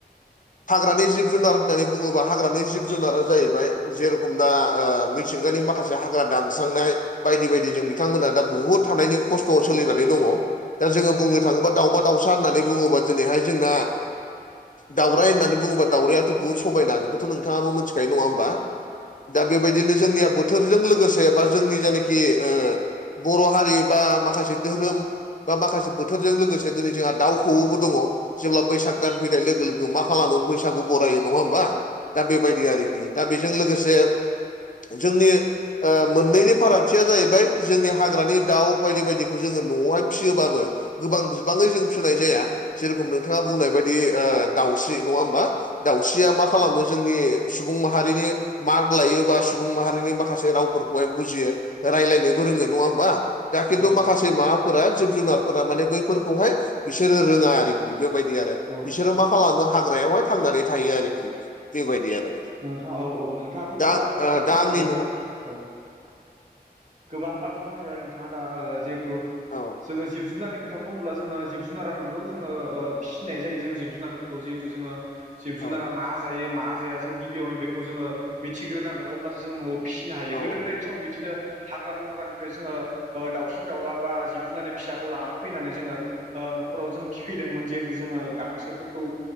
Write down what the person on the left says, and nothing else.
हाग्रानि जिब जुनार होननानै बुङोब्ला हाग्रानि जिब जुनारा जाहैबाय जे रखम दा ओ मिथिंगानि माखासे हाग्रा दानस्रांनाय बायदि बायदि जों बि थांमोना दा बुहुद थानायनि खस्थ'आव सोलिनानै दङ। दा जोङो बुंनो थाङोबा दावउमा दावउसा होननानै बुङोबा दिनैहाय जोंना दावराय होननानै बुङोबा दावरायाथथ' बुहुद समायना बेखौथ' नथाङाबो मिथिखायो नङा ओमबा? दा बेबायदिनो जोंनिया बोथोरजों लोगोसे बा जोंनि जानोखि ओ बर' हारि बा माखासे धोरोम बा माखासे बोथोरजों लोगोसे दिनै जोंहा दाउ खौवौबो दङ जेब्ला बैसाग दान फैनाय लोगो लोगो मा खालामो फैगो बरायो नङा होमबा दा बेबायदि आरोखि। दा बेजों लोगोसे जोंनि ओ मोननैनि फारागथिया जाहैबाय जोंनि हाग्रानि दाउ बायदि बायदिखौ जोङो न'आवहाय फियोबाबो गोबां बिबाङै जों फिसिनाय जाया जे रखमनो नोंथाङा बुंनाय बायदि ओ दाउस्रि नङा होनबा दाउस्रिया मा खालामो? जोंनि सुबुं माहारिनि मार्क लायोबा सुबुं माहारिनि माखासे रावफोरखौहाय बुजियो रायलाय बोरोङो नङा होमबा दा खिन्थु
माखासे
मा फोरा जिब जुनारफोरा माने बैफोरखौहाय बिसोरो रोङा आरोखि बेबायदि आरो
बिसोरो मा खालामो हाग्रायावहाय थांनानै थायो आरोखि बेबायदि आरो
दा
ओ दा
आंनि न
औ
औ
औ